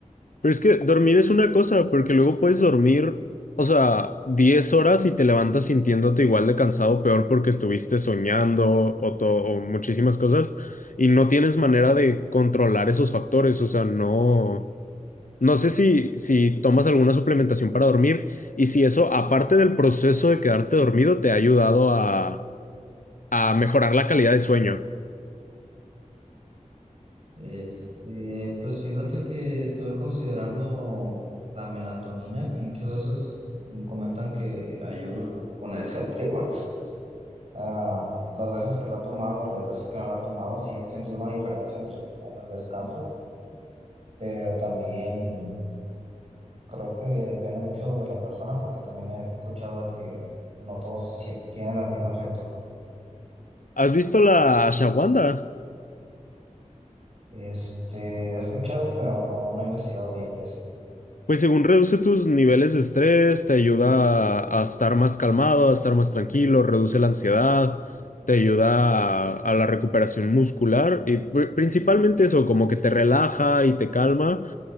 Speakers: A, on the left; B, on the right.
A: Pero es que dormir es una cosa, porque luego puedes dormir, o sea, 10 horas y te levantas sintiéndote igual de cansado, peor porque estuviste soñando o, to- o muchísimas cosas, y no tienes manera de controlar esos factores, o sea, no, no sé si, si tomas alguna suplementación para dormir y si eso, aparte del proceso de quedarte dormido, te ha ayudado a, a mejorar la calidad de sueño.
B: Este, pues fíjate que estuve considerando la melatonina, que muchas veces comentan que ayuda con <laughs> ese tema. Ah, las veces que la he tomado y las veces que no la he tomado, sí he sentido una diferencia entre en el descanso, pero también creo que depende mucho de la persona, porque también he escuchado de que no todos sien- tienen el mismo efecto.
A: ¿Has visto la Shawanda?
B: Este, he escuchado, pero no, no he investigado bien de eso.
A: Pues según reduce tus niveles de estrés, te ayuda a, a estar más calmado, a estar más tranquilo, reduce la ansiedad, te ayuda a, a la recuperación muscular y pri- principalmente eso, como que te relaja y te calma.